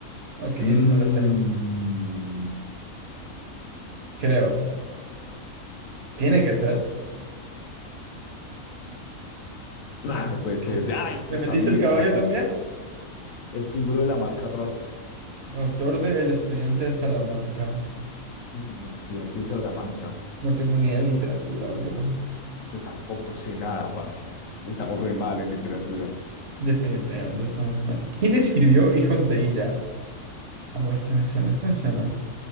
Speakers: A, on the right; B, on the left.
A: Ok, eso
B: Mm,
A: me la sé. Creo. Tiene que ser.
B: ah, no puede
A: Ok.
B: ser. Ay,
A: ¿Le
B: lo
A: metiste
B: sabía.
A: el caballo
B: Era la- eh,
A: también?
B: el símbolo de la marca Ralph.
A: Autor
B: No sé qué.
A: de El estudiante de Salamanca.
B: Mm, el estudiante de Salamanca.
A: No tengo ni idea de literatura, bro.
B: Yo tampoco sé nada, parce. Esto- Estamos re mal en literatura.
A: Definitivamente estamos mal. ¿Quién escribió Hijos de Ira? Oh, esta me suena, esta me suena.